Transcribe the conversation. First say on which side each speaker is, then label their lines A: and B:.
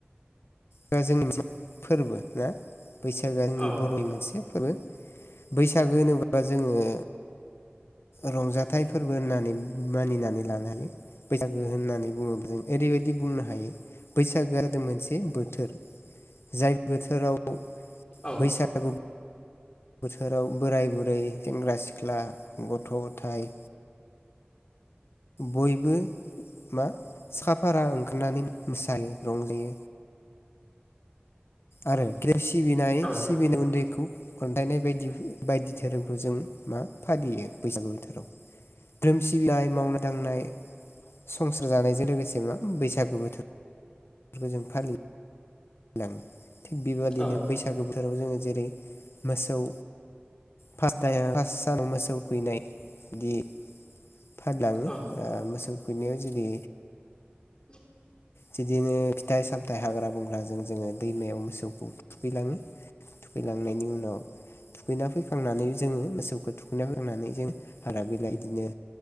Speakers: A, on the left (about 80°); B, on the left (about 25°).
A: गोआ जोंनि मोनसे मा फोरबो ना बैसागोआ जोंनि
B: औ
A: बर'नि मोनसे फोरबो। बैसागो होनोबा जोङो रंजाथाइ फोरबो होननानै मानिनानै लानो हायो। बैसागो होननानै बुङोब्ला जों ओरैबायदि बुंनो हायो। बैसागो जादों मोनसे बोथोर जाय बोथोराव
B: औ
A: बैसागु बोथोराव बोराय बुरै सेंग्रा सिख्ला गथ' गथाय बयबो मा साखाफारा ओंखारनानै मोसायो रंजायो। आरो सिबिनाय
B: औ
A: सिबिनाय उन्दैखौ खोन्थानाय बायदि बायदि धोरोमखौ जों मा फालियो बैसागु बोथोराव धोरोम सिबिनाय मावना दांनाय संसार जानायजों लोगोसे मा बैसागु बोथोर खौ जों फालियो। लाङो थिग बेबायदिनो
B: औ ओं
A: बैसागो बोथोराव जोङो जेरै मोसौ फर्स टाये फार्स सानाव मोसौ थुखैनाय बिदि फानलाङो ओ
B: औ
A: मोसौ थुखैनायाव जुदि
B: <inaudible>
A: बिदिनो फिथाइ सामथाइ हाग्रा बंग्राजों जोङो दैमायाव मोसौखौ थुखैलाङो थुखैलांनायनि उनाव थुखैना फैखांनानै जोङो मोसौखो थुखैना फैखांनानै जों हाग्रा बिलाय बिदिनो